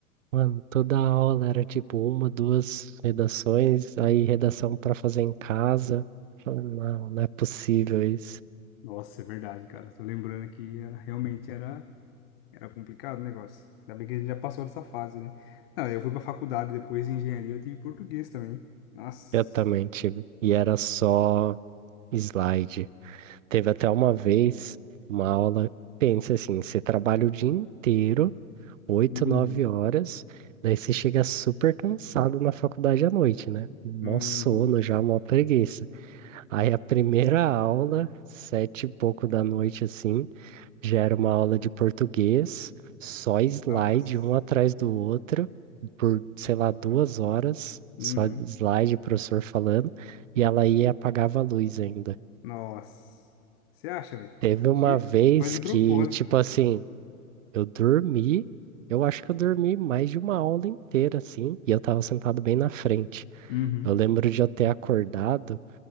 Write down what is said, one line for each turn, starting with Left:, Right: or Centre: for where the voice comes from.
Right: Mano, toda aula era tipo uma, duas redações, aí redação pra fazer em casa. Falei, não, não é possível isso.
Left: Nossa, é verdade, cara. Tô lembrando que era, realmente era, era complicado o negócio. Ainda bem que a gente já passou dessa fase, né? Não, eu fui pra faculdade depois de engenharia, eu tive português também. Nossa.
Right: Eu também tive. E era só slide. Teve até uma vez uma aula, pensa assim, você trabalha o dia inteiro, oito,
Left: Uhum,
Right: nove horas, daí você chega super cansado na faculdade à noite, né? Com Mó
Left: uhum.
Right: sono já, mó preguiça. Aí a primeira aula, sete e pouco da noite, assim. gera uma aula de português, só slide
Left: Nossa.
Right: um atrás do outro, por, sei lá, duas horas,
Left: Uhum.
Right: só slide, o professor falando, e ela ia e apagava a luz ainda.
Left: Nossa. Você acha, velho?
Right: Teve uma
Left: Che-
Right: vez
Left: Faz de
Right: que,
Left: propósito.
Right: tipo assim, eu dormi, eu acho que eu dormi mais de uma aula inteira, assim, e eu tava sentado bem na frente.
Left: Uhum.
Right: Eu lembro de eu ter acordado.